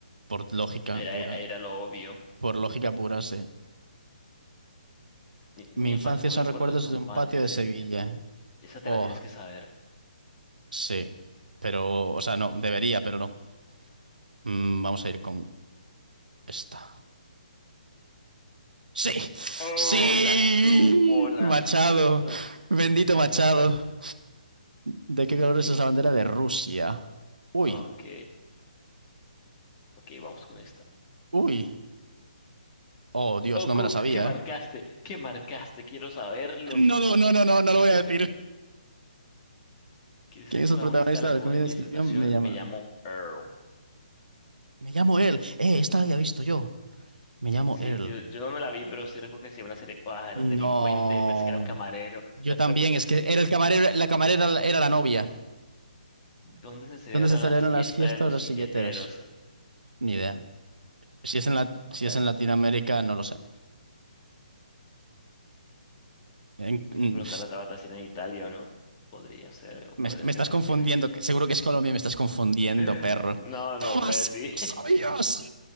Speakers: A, on the right; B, on the left.
A: Por lógica
B: ir
A: pura.
B: a, a ir a lo obvio.
A: Por lógica pura, sí.
B: Mi,
A: Mi
B: mi
A: infancia
B: infancia son
A: son
B: recuerdos
A: recuerdos
B: de un
A: de un
B: patio
A: patio
B: de
A: de
B: Sevilla.
A: Sevilla.
B: Esa te
A: Oh,
B: la tienes que saber.
A: sí. Pero, o sea, no, debería, pero no. Mm, vamos a ir con esta. Sí,
B: ¡Uy,
A: sí,
B: la supo, la
A: Machado,
B: supo!
A: bendito
B: <laughs>
A: Machado. ¿De qué color es esa bandera de Rusia? Uy,
B: Ok, ok, vamos con esta.
A: uy. Oh, Dios,
B: Oku,
A: no me la sabía,
B: ¿qué marcaste?
A: ¿eh?
B: ¿Qué marcaste? Quiero saberlo.
A: No, lo- no, no, no, no
B: <laughs>
A: lo voy a decir.
B: ¿Quién es
A: ¿Quién
B: el protagonista
A: es el protagonista
B: de la
A: de
B: comedia
A: la comedia de situación?
B: de situación?
A: Me llaman.
B: Me llamo Earl.
A: Me llamo él. Eh, esta la había visto yo. Me llamo
B: Sí,
A: él.
B: yo, yo no me la vi, pero sí recuerdo que sí era una serie. Ah, era
A: No.
B: un delincuente, pensé que era un camarero.
A: Yo
B: <laughs>
A: también, es que era el camarero, la camarera era la novia.
B: ¿Dónde se celebra
A: ¿Dónde se
B: la
A: celebran
B: fiesta
A: las fiestas
B: de los
A: de los
B: silleteros?
A: silleteras? Ni idea. Si es en la,
B: O
A: si
B: sea,
A: es en Latinoamérica, no lo sé. En-
B: hay
A: mm,
B: que preguntarle a Tabata si era en Italia o no. Podría ser, o
A: Me,
B: podría
A: me
B: ser
A: estás
B: cualquiera.
A: confundiendo, que seguro que es Colombia, me estás confundiendo,
B: <laughs>
A: perro.
B: No,
A: ¡Toma,
B: no voy
A: sí,
B: a decir.
A: lo sabías!